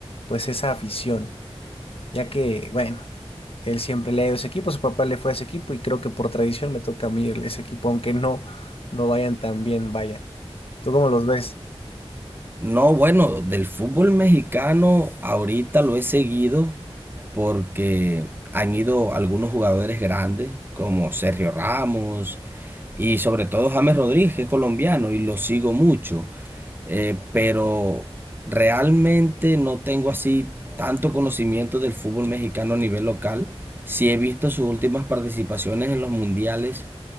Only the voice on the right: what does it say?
No, bueno, del fútbol mexicano ahorita lo he seguido porque han ido algunos jugadores grandes como Sergio Ramos y sobre todo James Rodríguez, que es colombiano y lo sigo mucho. Eh, pero realmente no tengo así tanto conocimiento del fútbol mexicano a nivel local. Sí he visto sus últimas participaciones en los mundiales,